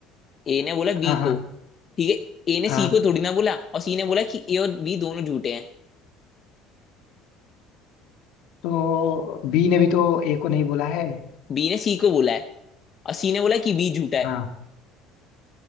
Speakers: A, on the left; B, on the left.
A: ए ने बोला बी
B: हाँ हाँ
A: को ठीक है ए ने
B: हाँ
A: सी को थोड़ी ना बोला और सी ने बोला कि ए और बी दोनों झूठे हैं
B: तो बी ने भी तो ए को नहीं बोला है
A: बी ने सी को बोला है और सी ने बोला कि बी झूठा है
B: हाँ